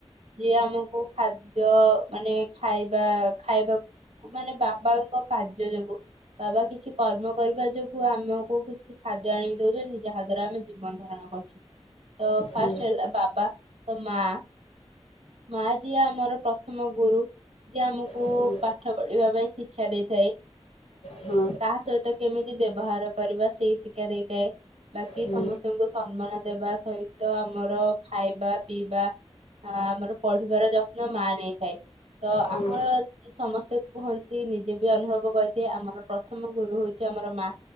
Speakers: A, on the right; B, on the left.
A: ଯିଏ ଆମକୁ ଖାଦ୍ୟ ମାନେ ଖାଇବା ଖାଇବାକୁ ମାନେ ବାବାଙ୍କ କାର୍ଯ୍ୟ ଯୋଗୁ ବାବା କିଛି କର୍ମ କରିବା ଯୋଗୁ ଆମକୁ କିଛି ଖାଦ୍ୟ ଆଣିକି ଦଉଚନ୍ତି, ଯାହା ଦ୍ୱାରା ଆମେ ଜୀବନ ଧାରଣ କରୁଚୁ। ତ ଫାଷ୍ଟ
B: ହୁଁ
A: ହେଲା ବାବା, ତ ମା-ମା ଯିଏ ଆମର ପ୍ର ଥମ ଗୁରୁ ଯିଏ ଆମକୁ
B: ହୁଁ
A: ପାଠ ପଢିବା ପାଇଁ ଶିକ୍ଷା ଦେଇଥାଏ।
B: ହଁ
A: କାହା ସହିତ କେମିତି ବ୍ୟବହାର କରିବା ସେଇ ଶିକ୍ଷା ଦେଇଥାଏ। ବାକି
B: ହୁଁ
A: ସମସ୍ତଙ୍କୁ ସମ୍ମାନ ଦେବା ସହିତ ଆମର ଖାଇବା ପିଇବା <unintelligible> ଆମର ପଢିବାର ଯତ୍ନ ମା ନେଇଥାଏ, ତ
B: ହଁ।
A: ଆମର ସମସ୍ତେ କୁହନ୍ତି ନିଜେ ବି ଅନୁଭବ କରିଚି ଆମର ପ୍ରଥମ ଗୁରୁ ହଉଚି ଆମର ମା।